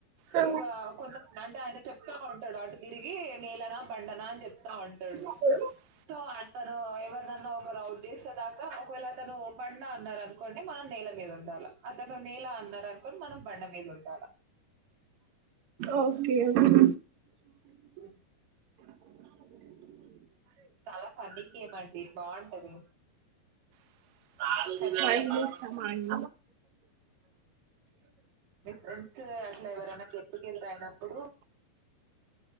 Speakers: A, on the right (about 65°); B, on the right (about 85°).
A: ఆ!
B: ఇ కొంతమంది అంటే ఆయన చెప్తా ఉంటాడు అటు తిరిగి నీలన బండన అని చెప్తా ఉంటాడు
A: ఓకే
B: సో అతను ఎవరినన్నా ఒక ఔట్ చేసేదాకా ఒకవేళ అతను బండ అన్నారు అనుకోండి మనం నేల మీద ఉండాలి అ ము ఎలా అన్నారు అనుకోని మనం బండ మీద ఉండాల
A: ఓకే ఓకే
B: అ చాలా ఫన్నీ గేమ్ మండి బాగుంటది
A: <inaudible>
B: ఒకసారి ట్రై చేయండి మీ ఫ్రెంస్ అట్లా ఎవరైనా అయినప్పుడు